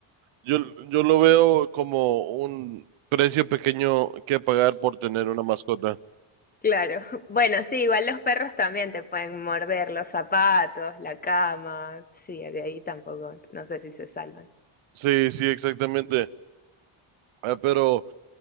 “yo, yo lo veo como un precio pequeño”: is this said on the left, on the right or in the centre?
Right